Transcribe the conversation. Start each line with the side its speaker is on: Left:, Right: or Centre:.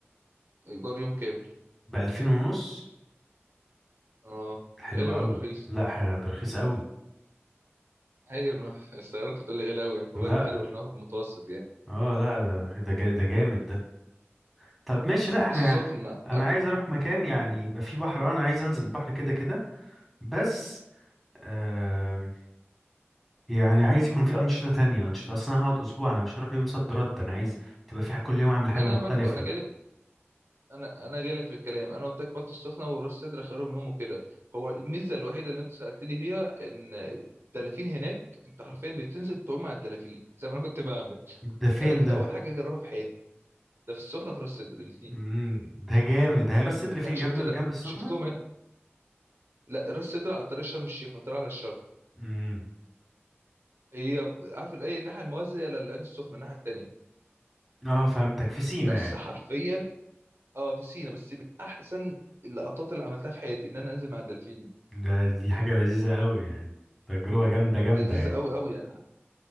Right: ايجار يوم كامل
Centre: بألفين ونص
Right: اه
Centre: حلو
Right: غالي
Centre: قوي
Right: ولا رخيص
Centre: لا حاجه ده رخيص قوي
Right: ايوه أنا- <laughs> استغربت تقول لي غالي قوي انت
Centre: لا
Right: بالك حلو انه في المتوسط يعني
Centre: اه لا ده ده جا- ده جامد ده طب ماشي لا احنا
Right: السخنه
Centre: يعني انا
Right: أك...
Centre: عايز اروح مكان يعني يبقى فيه بحر آه، انا عايز انزل البحر كده كده بس آه يعني عايز يكون فيه انشطه تانية انشطه اصلا أنا هقعد اسبوع انا مش هروح يوم صد رد انا عايز تبقى في كل يوم اعمل
Right: ما
Centre: حاجه
Right: انا
Centre: مختلفه
Right: برضو انا جالي انا انا جاي لك في الكلام انا قلت لك بلطة السخنه وراس سدر خيرهم يوم وكده هو الميزه الوحيده اللي انت سالتني فيها ان الدلافين هناك انت حرفيا بتنزل تعوم مع الدلافين زي ما انا كنت بعمل
Centre: ده فين
Right: ده كنت
Centre: ده
Right: اول حاجه اجربها في حياتي ده في السخنه وفي راس سدر الاثنين
Centre: امم ده جامد ده هي راس سدر فين
Right: انا شفت
Centre: جنب
Right: ده
Centre: جنب السخنه
Right: شفتهم هنا لا راس سدر على طريق شرم الشيخ وانت رايح على الشرق
Centre: امم
Right: هي عارف الايه الناحيه الموازيه للعين السخنه الناحيه الثانيه
Centre: اه فهمتك في سينا
Right: بس
Centre: يعني
Right: حرفيا اه في سينا بس من احسن اللقطات اللي عملتها في حياتي ان انا انزل مع الدلافين
Centre: ده دي حاجه لذيذه قوي يعني تجربه جامده جامده
Right: لذيذ
Centre: يعني
Right: قوي قوي يعني